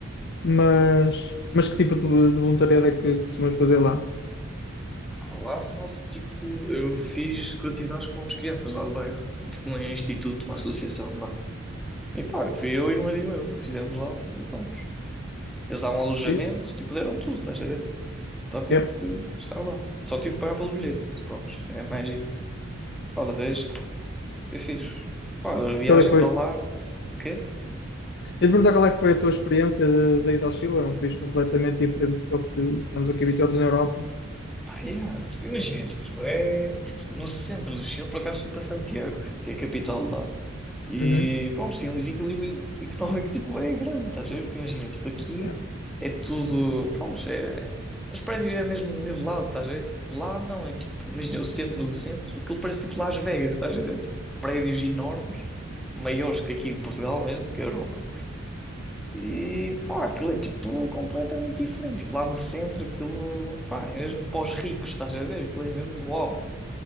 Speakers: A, on the left; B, in the centre.
A: Mas, mas que tipo de, de voluntariado é que costumas fazer lá?
B: Lá faço, tipo, eu fiz atividades com as crianças lá do bairro. Tipo, um instituto,
A: Ok,
B: uma associação lá. E pá, eu fui eu e um amigo meu que fizemos lá, e pronto. Eles davam alojamento,
A: fixe.
B: tipo, deram tudo, estás a ver? Só tive
A: Yep.
B: que estar lá. Só tive que pagar pelo bilhete, pronto, é mais isso. Pá, de resto, foi fixe. Pá, a viagem
A: E qual é que foi?
B: para lá, o quê?
A: Eu te perguntar qual é que foi a tua experiência de, de ir ao Chile, é um país completamente diferente do que estamos aqui habituados na Europa.
B: Ah, yeah, tipo, imagina, tipo, é tipo, no centro do Chile, por acaso fui para Santiago, que é a capital de lá. E
A: Uhum.
B: pronto, sim, é um desequilíbrio económico tipo, é grande, estás a ver? Porque imagina, tipo, aqui
A: Yeah,
B: é tudo, pronto, é, os prédios é mesmo nivelado, estás a ver? Tipo, lá não, é tipo, imagina o centro do centro, aquilo parece tipo Las Vegas, estás a ver? Tipo, prédios enormes, maiores que aqui de Portugal mesmo, que a Europa. E pá, aquilo é tipo completamente diferente. Tipo, lá no centro, aquilo pá, é mesmo para os ricos, estás a ver? Aquilo é mesmo uau.